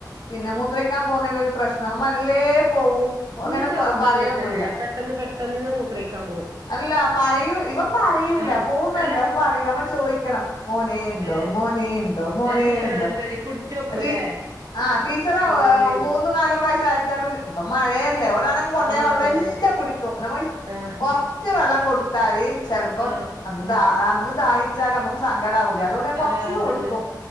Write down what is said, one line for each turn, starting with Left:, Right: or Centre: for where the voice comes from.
Left: പിന്നെ മൂത്രയ്ക്കാ പോന്നെൽ ഒരു പ്രശ്നം അവമെല്ലെ പോവും അങ്ങനെ
Right: ഇന്റെ ചെറ്തും
Left: പറയൊന്നുല്ല
Right: അങ്ങനെ തന്നെ പെട്ടെന്ന് പെട്ടെന്ന് മൂത്രയ്‌ക്കാൻ പോവും.
Left: അല്ല പറയൂ ഇവൻ പറയൂല
Right: ആഹ്
Left: പോവുന്നല്ല
Right: അല്ല
Left: അവൻ പറയൂല നമ്മ ചോയിക്കണം മോനേ ഇണ്ടോ
Right: ഏഹ്
Left: മോനേ ഇണ്ടോ മോനേ
Right: ഏഹ്
Left: ഇണ്ടോ
Right: അത് ശരി പിടിച്ച് വെക്കൂലേ?
Left: അത് ആഹ് ടീച്ചറ
Right: ഉം
Left: വെ
Right: ഉം
Left: മൂന്ന് നാല് പ്രാവശ്യം അയച്ചാലും ഇപ്പ മഴയല്ലേ ഒരാളെ ന്ന് കൊണ്ടേയവള്ളല്ലാം
Right: ആഹ് അതന്നെ
Left: കുടിക്കും നമ്മ ഇ
Right: ആഹ്
Left: കൊറച്ച് വെള്ളം കൊടുത്താല് ചെല്‌പ്പം
Right: ആഹ്
Left: അന്ന് ദാ അന്ന് ദാഹിച്ചാലമ്മക്ക് സങ്കടാവൂലെ അതോണ്ട് ഞാൻ കൊറച്ച്ക്ക്
Right: ആഹ് അതന്നെ
Left: കൊട്ക്കും